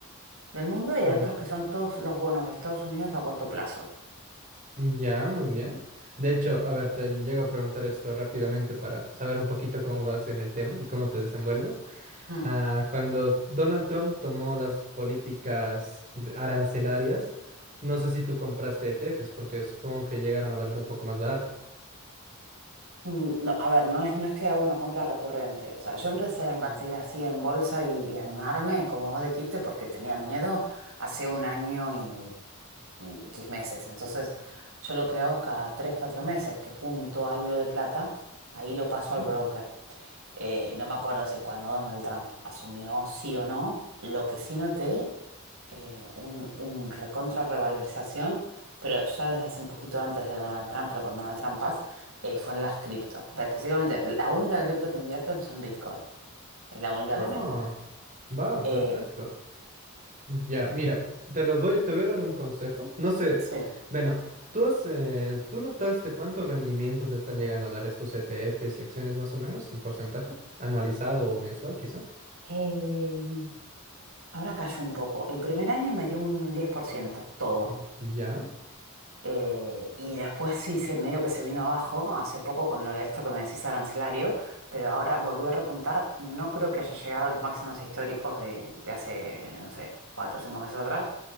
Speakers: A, on the right; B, on the right.
A: del mundo y
B: Mm,
A: hay otros que son todos los bonos de Estados Unidos a corto plazo.
B: Ya, muy bien. De hecho, a ver, te llego a preguntar esto rápidamente para saber un poquito cómo vas en el tema y cómo te desenvuelves.
A: Mm,
B: Ah, cuando Donald Trump tomó las políticas de- arancelarias, no sé si tú compraste ETFs, porque supongo que llegaron a valer un poco más barato.
A: Mm, no, a ver, no es, no es que haga una compra recurrente. O sea, yo empecé a invertir
B: Mm.
A: así en bolsa y, y animarme, como vos dijiste, porque tenía miedo hace un año y, y X meses. Entonces, yo lo que hago es cada tres, cuatro meses que junto algo de plata, ahí lo paso al
B: Mm.
A: broker. Eh, no me acuerdo si cuando Donald Trump asumió sí o no, lo que sí noté, eh, un, un recontra revalorización, pero ya desde hace un poquito antes de Donald Trump, pero con Donald Trump Paz, eh, fue en las cripto. Específicamente, la única cripto que invierto es en Bitcoin, es la única
B: Ah,
A: que tengo.
B: va,
A: Eh,
B: perfecto. Ya, mira, te los voy, te voy a dar un consejo. No sé,
A: sí.
B: bueno, tú has, eh, ¿tú notaste cuánto rendimiento te están llegando a dar estos ETFs y acciones más o menos en porcentaje? ¿Anualizado o mensual quizá?
A: Eh, ahora cayó un poco. El primer año me dio un 10% todo.
B: Ujú. Ya,
A: Eh, y después sí, se, medio que se vino abajo hace poco con lo de esto que me decís arancelario, pero ahora volvió a repuntar. No creo que haya llegado a los máximos históricos de, de hace, no sé, cuatro o cinco meses atrás.